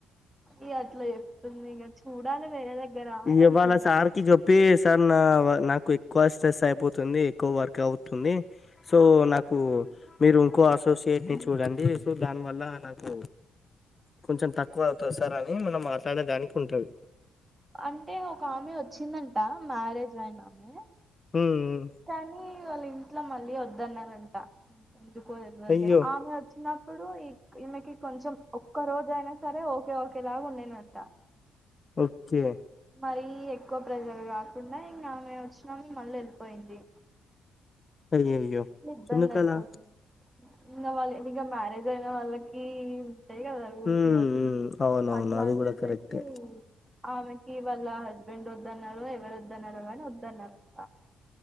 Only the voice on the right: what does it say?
ఇ అట్లా చెప్తుంది ఇంగ చూడాలి వేరే దగ్గర అని
అంటుంది
అంటే ఒక ఆమె వచ్చిందంట మ్యారేజ్ ఆయిన ఆమె
కానీ వాళ్ళ ఇంట్లో మళ్ళీ వద్దన్నరంట ఎందుకో తెలియదు
కాని ఆమె వచ్చిన నాక్ ఇప్పుడు ఈ ఈమెకి కొంచెం ఒక్క రోజ అయినా సరే ఓకే ఓకే లాగా ఉండి నంట
మరీ ఎక్కువ ప్రెజర్ కాకుండా ఇంకా ఆమె వచ్చినాం మళ్ళీ వెళ్ళిపోయింది
ఇబ్బంది
అయిపోతుంది ఉన్న వాళ్ళ ఇగ మ్యారేజ్ అయిన వాళ్ళకి ఉంటాయి <unintelligible>
కద
అట్లా
అని
చెప్పేసి
ఆమెకి వాళ్ళ హస్బెండ్ వద్దన్నారు ఎవరు వద్దన్నారు కానీ వద్దన్నారు అంట